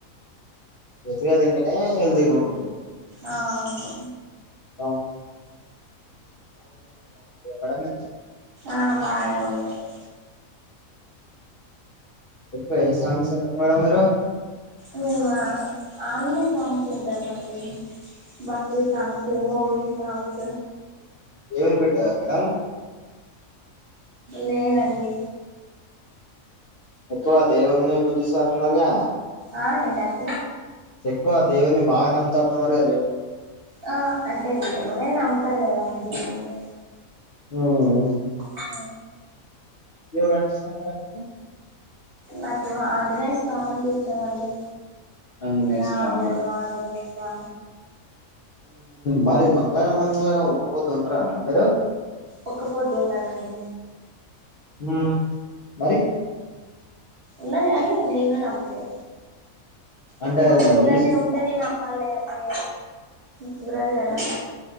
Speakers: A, on the left (about 55°); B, on the right (about 45°).
A: పొద్దుగాల తింటనే హెల్తీగా ఉంటారు
B: అ అవును
A: అ మేడం మీది
B: ఆ బాగానే ఉందండి
A: ఎక్కువ ఏ సాంగ్ సు విన్టర్ మేడం మీరు
B: మేమ అన్ని సాంగ్స్ లు ఇంటావండి బక్తి సాంగ్స్ మూవీ సాంగ్స్
A: దేవుని బిడ్డ మేడం
B: లేదండి
A: ఎక్కువద్ దేవున్ని పుజిస్స టున్నారుగా
B: ఆ ఏంటండి
A: ఎక్కువ దేవుని బాగా నమ్ముతట్టున్నారుగా దేవుని
B: ఆ అంటే ఎవరైనా నమ్ముతరు కదా <unintelligible>
A: ఉమ్
B: అ
A: ఎవరంటే ఇష్టం మేడమ్ మీకు
B: నాకు ఆంజనేయ స్వామి అంటే ఇష్టమండి
A: ఆంజనేయ
B: నా
A: స్వామి
B: ముల్ల ఆంజనేయ కా
A: మరి మంగళారం మంగళారం ఒకపోద్దు ఉంటారా మేడం మీరు
B: ఒక్కపోద్దు వుండ నండి
A: ఉమ్ మరి
B: ఉన్నది గానీ మేమే నమ్ముతలే
A: అంటే
B: ఒక్క పొద్
A: ఏదన్నా
B: ఉండ
A: న్యూస్
B: న్ ఉంటేనే నమ్ మళ్ళీ అంటే కుదరదు కదా